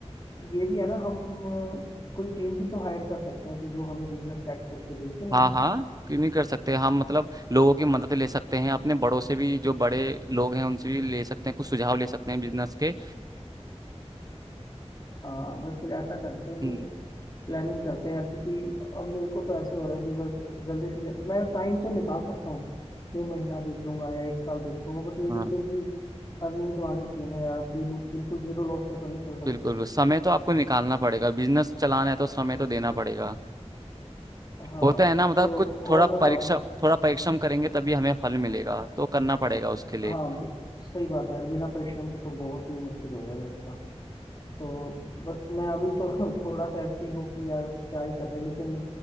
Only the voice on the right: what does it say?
हाँ हाँ क्यों नहीं कर सकते हम मतलब लोगों की मदद ले सकते हैं अपने बड़ों से भी जो बड़े लोग हैं उनसे भी ले सकते हैं कुछ सुझाव ले सकते हैं बिजनेस के
हम्म,
हाँ
बिल्कुल
समय तो आपको निकालना पड़ेगा बिजनेस चलाना है तो समय तो देना पड़ेगा
होता है ना मतलब
कुछ थोड़ा
परीक्षा थोड़ा परिश्रम करेंगे तभी हमें फल मिलेगा तो करना पड़ेगा उसके लिए